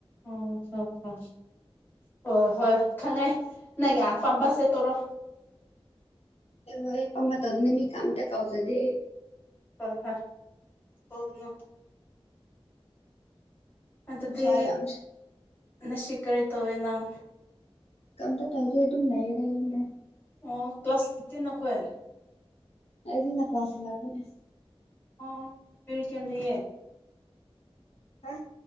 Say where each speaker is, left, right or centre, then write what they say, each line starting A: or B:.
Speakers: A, on the left (about 20°); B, on the left (about 85°).
A: ꯑꯣꯝ ꯍꯣ ꯍꯣꯏ ꯍꯣꯏ ꯍꯣꯏ ꯈꯪꯉꯦ ꯅꯪ ꯄꯝꯕꯁꯦ ꯇꯣꯔꯣ
B: ꯍꯌꯦ ꯄꯃ ꯇꯧ ꯑꯗꯨ ꯃꯤ ꯀꯝ ꯇ ꯀꯧ ꯆꯗꯦ
A: ꯍ ꯍ ꯍꯅ ꯑꯗꯗꯤ
B: ꯅꯨꯡꯁꯥ ꯌꯥꯝ ꯁꯥꯏ
A: ꯅꯁꯤ ꯀꯔꯤ ꯇꯧꯦ ꯅꯪ
B: ꯀꯝꯗ ꯇꯗꯤ ꯑꯗꯨꯝ ꯂꯩꯔꯏ ꯑꯅ
A: ꯑꯣ ꯀ꯭ꯂꯥꯁ ꯑꯩꯠꯇꯤꯟ ꯑꯩꯈꯣꯏ
B: ꯑꯩꯗꯤꯅ ꯀ꯭ꯂꯁ ꯂꯥꯛꯒꯅꯦ
A: ꯑꯣ ꯄꯦꯔꯤ ꯀꯦꯟꯗꯤꯌꯦꯦ
B: ꯍꯥ